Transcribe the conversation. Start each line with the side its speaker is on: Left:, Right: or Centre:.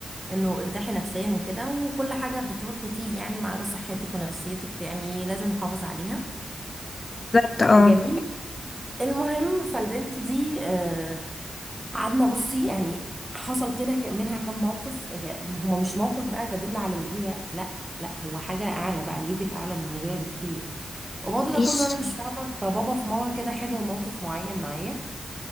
Right: انه ارتاحي نفسيا وكده وكل حاجه بتروح وتيجي يعني ما عدا صحتك ونفسيتك يعني لازم نحافظ عليها
Left: بالظبط اه
Right: جميل المهم فالبنت دي آه، قعدنا بصي يعني حصل كده ك- منها كم موقف لا، هما مش موقف بقى تدل على الغيره لا لا هو حاجه اعلى بقى ليفل اعلى من الغيره بكتير وبرضه
Left: مفيش
Right: ده كله انا مش فاهمه فبابا في مره كده حضر موقف معين معايا